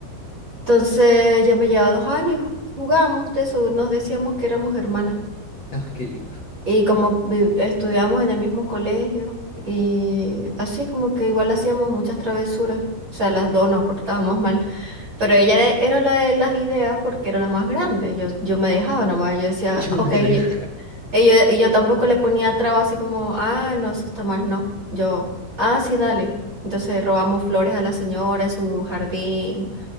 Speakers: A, on the right; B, on the left.
A: Entonces ella me llevaba dos años y ju- jugamos de eso, nos decíamos que éramos hermanas.
B: Ah, qué lindo.
A: Y como vi- estudiamos en el mismo colegio y así como que igual hacíamos muchas travesuras. O sea, las dos nos portábamos mal. Pero ella
B: Ujú.
A: era, era la de las ideas porque era la más grande. Yo, yo me dejaba nomás. Yo decía,
B: <laughs> Yo
A: ok,
B: me dejaba.
A: y yo, y yo, y yo tampoco le ponía traba así como, ah, no, eso está mal, no. Yo, ah, sí, dale. Entonces robamos flores a la señora en su jardín,